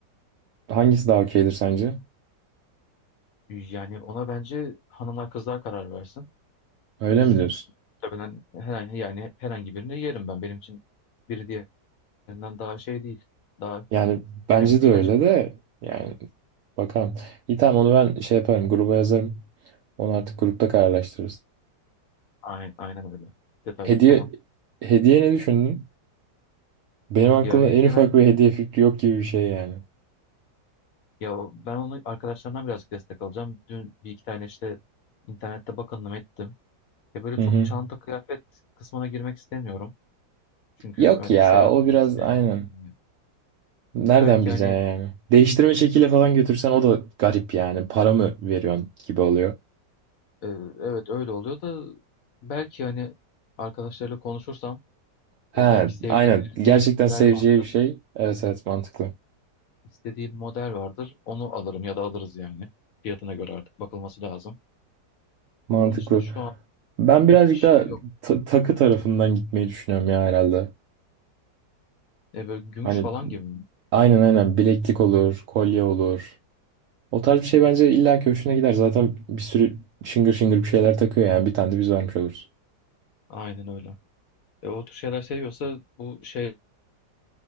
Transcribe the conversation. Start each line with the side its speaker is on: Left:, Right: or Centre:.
Right: Hangisi daha okeydir sence?
Left: Yani ona bence hanımlar kızlar karar versin.
Right: Öyle
Left: Biz
Right: mi diyorsun?
Left: tabii ben herhangi yani herhangi birini yerim ben. Benim için biri diğerinden daha şey değil. Daha
Right: Yani bence
Left: önemli değil
Right: de öyle
Left: açıkçası.
Right: de yani bakalım. İyi tamam onu ben şey yaparım gruba yazarım. Onu artık grupta kararlaştırırız.
Left: Aynen, aynen öyle. Detayları
Right: Hediye
Left: falan.
Right: hediye ne düşündün? Benim aklımda
Left: Ya hediye
Right: en ufak
Left: ben
Right: bir hediye fikri yok gibi bir şey yani.
Left: ya ben onu arkadaşlarımdan birazcık destek alacağım. Dün bir iki tane işte internette bakındım ettim. Ya böyle
Right: Hı
Left: çok
Right: hı.
Left: çanta kıyafet kısmına girmek istemiyorum. Çünkü
Right: Yok
Left: hani
Right: ya
Left: sever
Right: o biraz
Left: mi, sevmez
Right: aynen.
Left: mi?
Right: Nereden
Left: Belki
Right: bileceksin
Left: hani
Right: yani? Değiştirme çekiyle falan götürsen o da garip yani. Para mı veriyorsun gibi oluyor.
Left: e, evet öyle oluyor da belki hani arkadaşlarla konuşursam
Right: Ha
Left: e, belki sevdiği,
Right: aynen.
Left: beğendiği
Right: Gerçekten
Left: bir model
Right: seveceği
Left: vardır.
Right: bir şey. Evet evet mantıklı.
Left: İstediği bir model vardır. Onu alırım ya da alırız yani. Fiyatına göre artık bakılması lazım.
Right: Mantıklı.
Left: Ama onun dışında şu an
Right: Ben
Left: pek
Right: birazcık
Left: bir şey
Right: daha
Left: yok.
Right: ta- takı tarafından gitmeyi düşünüyorum ya herhalde.
Left: E, böyle gümüş
Right: Hani
Left: falan gibi mi?
Right: aynen aynen bileklik olur, kolye olur. O tarz bir şey bence illa ki hoşuna gider. Zaten bir sürü şıngır şıngır bir şeyler takıyor yani. Bir tane de biz vermiş oluruz.
Left: Aynen öyle. E, o tür şeyler seviyorsa bu şeyde